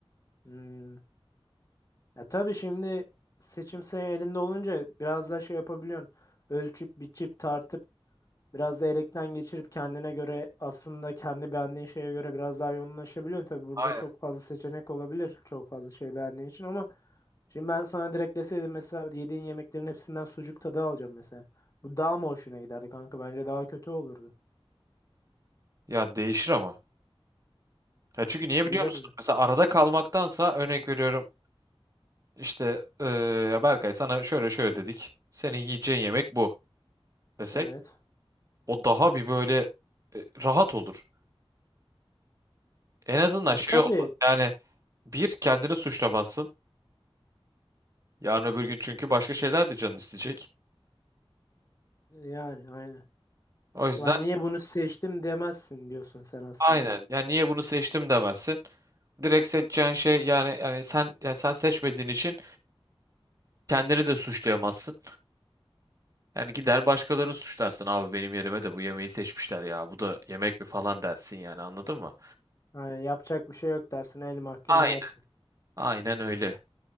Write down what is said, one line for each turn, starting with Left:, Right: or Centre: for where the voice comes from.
Left: Hmm. Ya tabii şimdi seçim senin elinde olunca biraz daha şey yapabiliyorsun. Ölçüp biçip tartıp biraz da elekten geçirip kendine göre aslında kendi beğendiğin şeye göre biraz daha yoğunlaşabiliyorsun. Tabii burada
Right: Aynen.
Left: çok fazla seçenek olabilir çok fazla şey beğendiğin için ama şimdi ben sana direkt deseydim mesela yediğin yemeklerin hepsinden sucuk tadı alacağım mesela. Bu daha mı hoşuna giderdi kanka? Bence daha kötü olurdu.
Right: Ya değişir ama. Ya çünkü niye
Left: Bilemiyorum.
Right: biliyor musun? Mesela arada kalmaktansa örnek veriyorum. İşte eee, ya Berkay sana şöyle şöyle dedik. Senin yiyeceğin yemek bu desek.
Left: Evet.
Right: O daha bir böyle e, rahat olur. En azından
Left: Ya
Right: şey
Left: tabii
Right: olmaz. Yani Bir, kendini suçlamazsın. Yarın öbür gün çünkü başka şeyler de canın isteyecek.
Left: yani aynen.
Right: O yüzden
Left: Ulan niye bunu seçtim demezsin diyorsun sen aslında.
Right: aynen. Yani niye bunu seçtim demezsin. Direkt seçeceğin şey yani yani sen yani sen seçmediğin için kendini de suçlayamazsın. Yani gider başkalarını suçlarsın. Abi benim yerime de bu yemeği seçmişler ya. Bu da yemek mi falan dersin yani anladın mı?
Left: Yani yapacak bir şey yok dersin el mahkum
Right: Aynen.
Left: yersin.
Right: Aynen öyle.